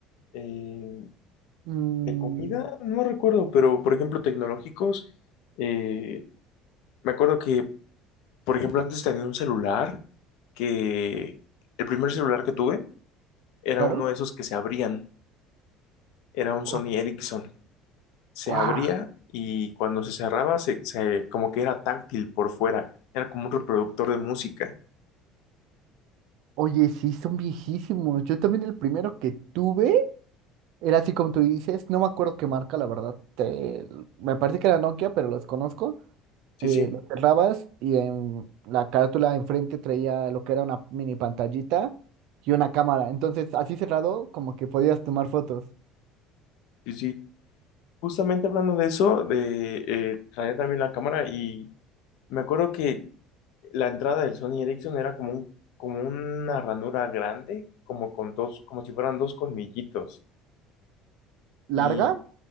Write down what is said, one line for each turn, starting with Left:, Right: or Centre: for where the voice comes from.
Left: Eh,
Right: Mm,
Left: de comida, no recuerdo, pero por ejemplo, tecnológicos. eh, me acuerdo que, por ejemplo, antes tenía un celular que el primer celular que tuve era
Right: claro.
Left: uno de esos que se abrían. Era un
Right: Oh,
Left: Sony Ericsson. Se
Right: ¡guau!
Left: abría y cuando se cerraba, se, se- como que era táctil por fuera. Era como un reproductor de música.
Right: Oye, sí, son viejísimos. Yo también el primero que tuve era así como tú dices, no me acuerdo qué marca, la verdad. te- Me parece que era Nokia, pero los conozco.
Left: Sí,
Right: eh,
Left: sí,
Right: lo cerrabas y en la carátula de enfrente traía lo que era una mini pantallita y una cámara. Entonces, así cerrado, como que podías tomar fotos.
Left: sí, sí. Justamente hablando de eso, de eh, traía también la cámara y me acuerdo que la entrada del Sony Ericsson era como un, como una ranura grande, como con dos, como si fueran dos colmillitos.
Right: ¿Larga?
Left: Y,